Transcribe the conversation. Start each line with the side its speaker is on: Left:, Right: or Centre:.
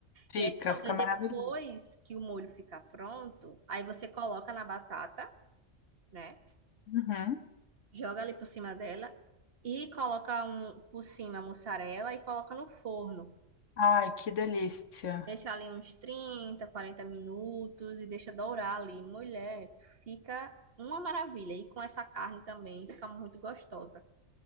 Left: Fica,
Right: E aí pronto,
Left: fica
Right: aí depois
Left: maravilhoso.
Right: que o molho ficar pronto, aí você coloca na batata, né?
Left: Uhum.
Right: Joga ali por cima dela e coloca um por cima a mussarela e coloca no forno.
Left: Ai, que delícia.
Right: Deixa ali uns 30, 40 minutos e deixa dourar ali. Mulher, fica uma maravilha. E com essa carne também fica muito gostosa.